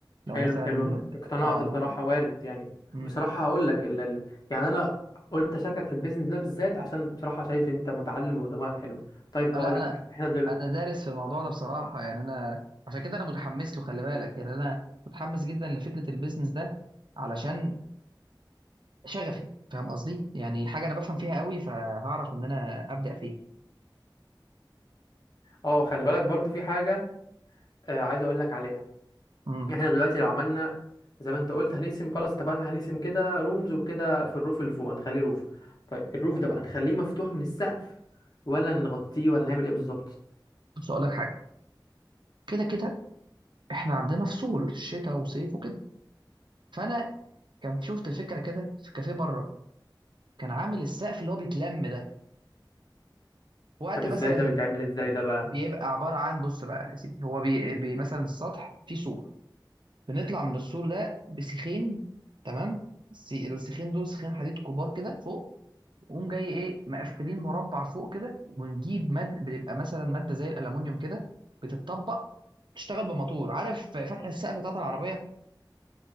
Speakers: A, on the right; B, on the left.
A: لو
B: حلو
A: مثلا
B: حلو انا اقتنعت
A: اه لو
B: بصراحة وارد يعني
A: مم.
B: بصراحة هقول لك ال... ال- يعني انا قلت اشاركك في البيزنس ده بالذات عشان بصراحة شايف انت متعلم ودماغك حلو طيب
A: آه،
B: هقول
A: لا انا
B: لك على حاجة احنا دلوقتي
A: انا دارس في الموضوع ده بصراحه يعني انا عشان كده انا متحمس له خلي بالك يعني انا متحمس جدا لفكره البيزنس ده علشان شغفي فاهم قصدي يعني حاجه انا بفهم فيها قوي فهعرف ان انا ابدا فيها
B: اه خلي بالك برضو في حاجة آه عايز اقول لك عليها
A: امم
B: احنا دلوقتي لو عملنا زي ما انت قلت هنقسم خلاص اتفقنا هنقسم كده رومز وكده في الروف اللي فوق هنخليه روف طيب الروف ده بقى نخليه مفتوح من السقف ولا نغطيه ولا نعمل ايه بالظبط
A: بص اقول لك حاجه كده كده احنا عندنا فصول شتاء وصيف وكده فانا كان شفت فكره كده في كافيه بره كان عامل السقف اللي هو بيتلم ده وقت
B: طب
A: مثلا
B: ازاي ده بيتعمل
A: ال-
B: ازاي ده بقى
A: بيبقى عباره عن بص بقى يا سيدي هو بي, بي مثلا السطح فيه سور بنطلع من السور ده بسيخين تمام الس- السيخين دول سيخين حديد كبار كده فوق ونقوم جاي ايه مقفلين مربع فوق كده ونجيب ماد بتبقى مثلا ماده زي الالومنيوم كده بتتطبق تشتغل بموتور عارف فتح السقف بتاعت العربيه